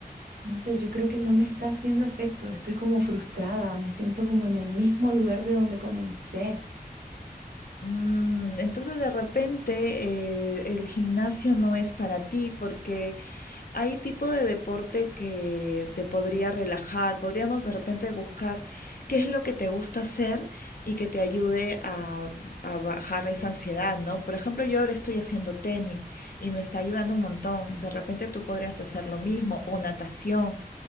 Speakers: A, on the right; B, on the left.
A: no sé, yo creo que no me está haciendo efecto. Estoy como frustrada, me siento como en el mismo lugar de donde comencé.
B: Mm, entonces, de repente, eh, el gimnasio no es para ti porque hay tipo de deporte que te podría relajar. Podríamos de repente buscar qué es lo que te gusta hacer y que te ayude a, a bajar esa ansiedad, ¿no? Por ejemplo, yo ahora estoy haciendo tenis y me está ayudando un montón. De repente tú podrías hacer lo mismo o natación.